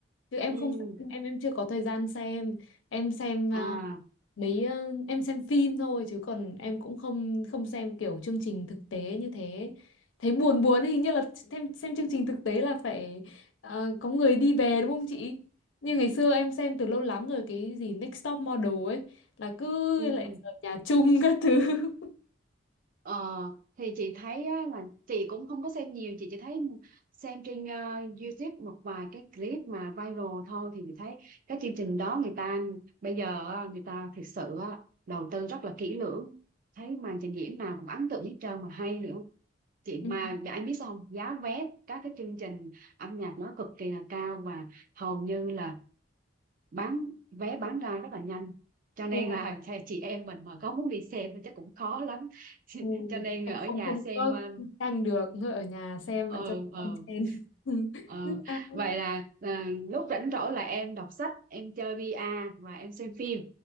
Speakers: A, on the left (about 80°); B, on the right (about 45°).
A: chứ em
B: ừ
A: không xem em em chưa có thời gian xem em xem ờ,
B: à
A: mấy ờ, em xem phim thôi chứ còn em cũng không không xem kiểu chương trình thực tế như thế thấy buồn buồn ấy, hình như là xem xem chương trình thực tế là phải ờ, có người đi về đúng không chị như ngày xưa em xem từ lâu lắm rồi cái gì Next Top Model ấy là cứ
B: ừ.
A: lại ở nhà chung các thứ <laughs>
B: Ờ, thì chị thấy á, là chị cũng không có xem nhiều chị chỉ thấy xem trên ờ, YouTube một vài cái clip mà viral thôi thì chị thấy các chương trình đó người ta bây giờ á, người ta thực sự á, đầu tư rất là kỹ lưỡng thấy màn trình diễn nào cũng ấn tượng hết trơn mà hay nữa chị
A: Ừ.
B: mà để anh biết sao không giá vé các cái chương trình âm nhạc nó cực kỳ là cao và hầu như là bán vé bán ra rất là nhanh cho nên
A: Thua.
B: là chị em mình mà có muốn đi xem thì chắc cũng khó lắm <laughs>
A: Ui,
B: cho nên
A: em
B: ở
A: không
B: nhà
A: không
B: xem
A: có
B: ờ
A: tranh được thôi ở nhà xem
B: ờ
A: vậy cho
B: ờ
A: con trên <laughs>
B: ờ. vậy là à, lúc rảnh rỗi là em đọc sách em chơi VR và em xem phim